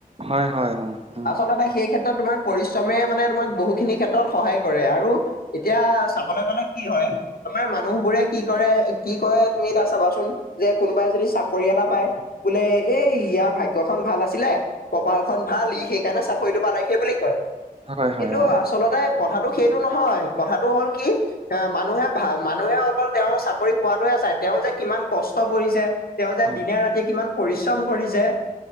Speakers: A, on the right (about 40°); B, on the left (about 80°).
A: হয় হয় অ উ
B: আচলতে সেই ক্ষেত্ৰত তোমাৰ পৰিশ্ৰমে মানে তোমাক বহুখিনি ক্ষেত্ৰত সহায় কৰে আৰু এতিয়া চাবলৈ গলে কি হয় আমাৰ মানুহবোৰে কি কৰে কি কয় তুমি এতিয়া চাবাচোন যে কোনোবাই যদি চাকৰি এটা পায় বোলে এই ইয়াৰ ভাগ্যখন ভাল আ ছিলে কপালখন ভাল ই সেইকাৰণে চাকৰিটো পালে সেই বুলি কয়
A: হয় হয়
B: কিন্তু
A: অ
B: আ চলতে কথাটো সেইটো নহয় কথাটো হ'ল কি এ মানুহে ভা মানুহে অকল তেওঁ চাকৰি পোৱাটোহে যায় তেওঁ যে কিমান কষ্ট কৰিছে তেওঁ যে
A: হয়
B: দিনে ৰাতিয়ে কিমান পৰিশ্ৰম কৰিছে